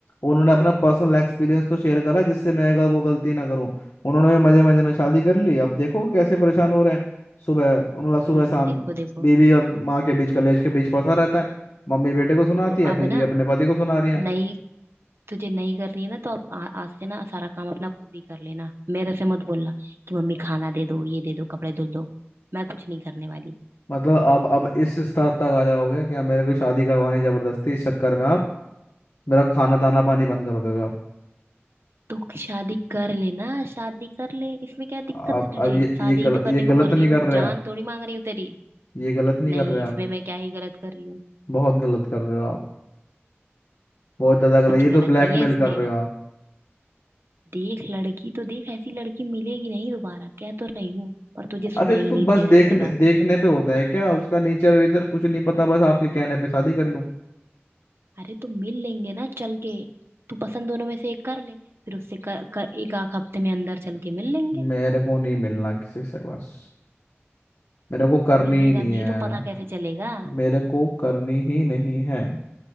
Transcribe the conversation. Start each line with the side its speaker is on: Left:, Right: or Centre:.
Left: उन्होंने अपना पर्सनल एक्सपीरियंस तो शेयर करा जिससे मैं अगर वो गलती ना करूं उन्होंने मजे मजे में शादी कर ली अब देखो कैसे परेशान हो रहे हैं सुबह मतलब सुबह
Right: हम्म
Left: शाम
Right: देखो देखो
Left: बीवी और माँ के बीच कलेश के बीच फंसा रहता है मम्मी बेटे को सुनाती
Right: तो
Left: है
Right: अब
Left: बीवी
Right: ना
Left: अपने पति को सुना रही है
Right: नई तुझे नहीं करनी है ना तो आप आ, आज से ना सारा काम अपना खुद ही कर लेना मेरे से मत बोलना कि मम्मी खाना दे दो ये दे दो कपड़े धुल दो मैं कुछ नहीं करने वाली
Left: मतलब अब अब इस स्तर तक आ जाओगे क्या मेरे को शादी करवानी जबरदस्ती इस चक्कर में आप मेरा खाना दाना पानी बंद कर दोगे आप
Right: तो शादी कर लेना शादी कर ले इसमें क्या दिक्कत
Left: आप
Right: है तुझे
Left: अब ये
Right: शादी
Left: ये गलत
Right: ही तो
Left: ये
Right: करने को
Left: गलत
Right: बोल
Left: नहीं
Right: रही हूँ
Left: कर रहे
Right: जान
Left: आप
Right: थोड़ी मांग रही हूँ तेरी
Left: ये गलत नहीं
Right: नहीं
Left: कर रहे आप
Right: इसमें मैं क्या ही गलत कर रही हूँ
Left: बहुत गलत कर रहे हो आप बहुत ज्यादा कर
Right: कुछ
Left: रहे ये
Right: गलत
Left: तो ब्लैकमेल
Right: नहीं है इसमें
Left: कर रहे हो आप
Right: देख लड़की तो देख ऐसी लड़की मिलेगी नहीं दोबारा कह तो रही हूँ पर तुझे
Left: अरे
Right: सुना ही
Left: तो
Right: नहीं
Left: बस
Right: दे रहा
Left: देखने
Right: मेरी बात
Left: देखने पे होता है क्या उसका नेचर वेचर कुछ नहीं पता बस आपके कहने पे शादी कर लूं
Right: अरे तो मिल लेंगे ना चल के तू पसंद दोनों में से एक कर ले फिर उससे कर, कर, एक आध हफ्ते में अंदर चल के मिल लेंगे
Left: मेरे को नहीं मिलना किसी से बस मेरे को करनी
Right: मिलेगा
Left: ही नहीं
Right: नहीं
Left: है
Right: तो पता कैसे चलेगा
Left: मेरे को करनी ही नहीं है